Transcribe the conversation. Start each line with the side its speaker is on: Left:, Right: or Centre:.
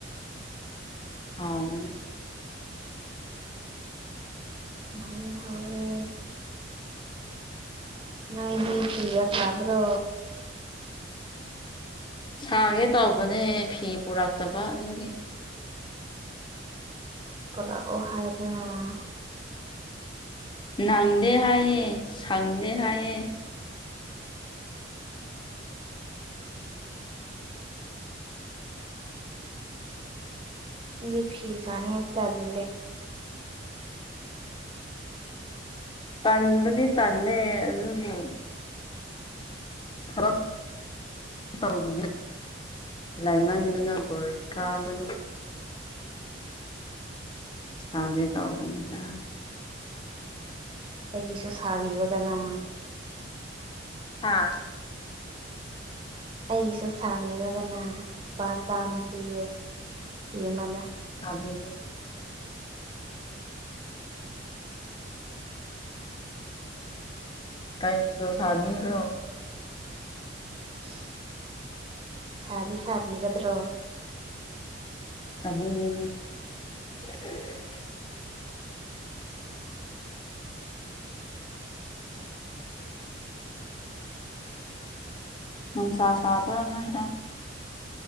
Left: ꯍꯥꯎꯕꯅꯦ
Right: ꯍꯥꯎꯋꯦ ꯍꯥꯎꯋꯦ ꯅꯣꯏꯗꯤ ꯐꯤꯒ ꯁꯥꯗ꯭ꯔꯣ
Left: ꯁꯥꯒꯦ ꯇꯧꯕꯅꯦ ꯐꯤ ꯄꯨꯔꯛꯇꯕ ꯑꯗꯨꯒꯤ
Right: ꯄꯨꯔꯛꯑꯣ ꯍꯥꯏꯌꯨꯗꯅ
Left: ꯅꯪꯗꯦ ꯍꯥꯏꯌꯦ ꯁꯪꯗꯦ ꯍꯥꯏꯌꯦ
Right: ꯑꯩꯗꯤ ꯐꯤ ꯁꯥꯅꯤꯡꯉꯥꯏ ꯇꯟꯂꯦ
Left: ꯇꯟꯕꯨꯗꯤ ꯇꯟꯂꯦ ꯑꯗꯨꯕꯨ ꯊꯕꯛ ꯇꯧꯗꯕꯤ ꯂꯥꯏꯃꯟꯗꯅ ꯕꯣꯔꯤꯡ ꯀꯥꯕꯒꯤ ꯁꯥꯒꯦ ꯇꯧꯕꯅꯤꯗ
Right: ꯑꯩꯒꯤꯁꯨ ꯁꯥꯕꯤꯌꯨꯗꯅ
Left: ꯍꯥꯥ
Right: ꯑꯩꯒꯤꯁꯨ ꯁꯥꯕꯤꯌꯣꯗꯅ ꯂꯨꯄꯥ ꯆꯥꯝꯃ ꯄꯤꯒꯦ ꯐꯤ ꯑꯃꯗ
Left: ꯁꯥꯕꯤꯒꯦ ꯀꯩ ꯃꯆꯨ ꯁꯥꯕꯤꯒꯗꯔꯣ
Right: ꯑꯁ ꯁꯥꯗꯤ ꯁꯥꯕꯤꯒꯗ꯭ꯔꯣ
Left: ꯁꯥꯕꯤꯒꯦꯅꯦ <unintelligible> <inaudible> ꯅꯨꯡꯁꯥ ꯁꯥꯕ꯭ꯔꯥ ꯅꯣꯏꯗ